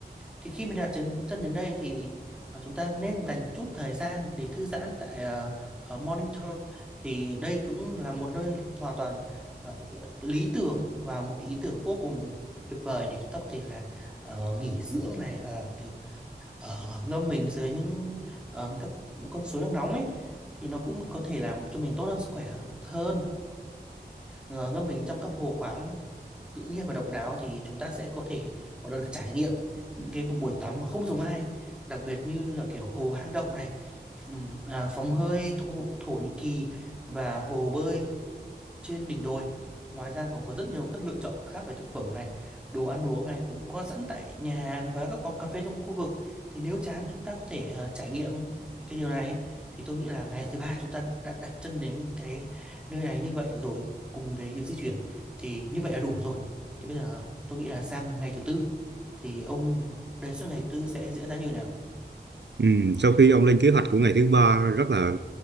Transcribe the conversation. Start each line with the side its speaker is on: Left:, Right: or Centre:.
Centre: Thì khi mình đặt chân chân đến đây thì ờ, chúng ta nên dành chút thời gian để thư giãn tại ờ, ở Morning Throne. Thì đây cũng là một nơi hoàn toàn ờ, lý tưởng và một cái ý tưởng vô cùng tuyệt vời để chúng ta có thể là ờ, nghỉ dưỡng này và kiểu ờ, ngâm mình dưới những ờ, các con suối nước nóng ấy thì nó cũng có thể làm cho mình tốt hơn sức khỏe hơn Ờ, ngâm mình trong các hồ khoáng tự nhiên và độc đáo thì chúng ta sẽ có thể có được trải nghiệm những cái một buổi tắm mà không giống ai đặc biệt như là kiểu hồ hang động này ừm, à, phòng hơi thổ, Thổ Nhĩ Kỳ và hồ bơi trên đỉnh đồi. Ngoài ra còn có rất nhiều các lựa chọn khác về thực phẩm này, đồ ăn uống này cũng có sẵn tại nhà hàng và các quán cà phê trong khu vực. Thì nếu chán chúng ta có thể ờ, trải nghiệm những cái điều này. Thì tôi nghĩ là ngày thứ ba chúng ta đã, đã đặt chân đến cái nơi này như vậy rồi cùng với cái di chuyển thì như vậy là đủ rồi. Thì bây giờ tôi nghĩ là sang ngày thứ tư thì ông đề xuất ngày tư sẽ diễn ra như nào?
Right: ừ, sau khi ông lên kế hoạch của ngày thứ ba rất là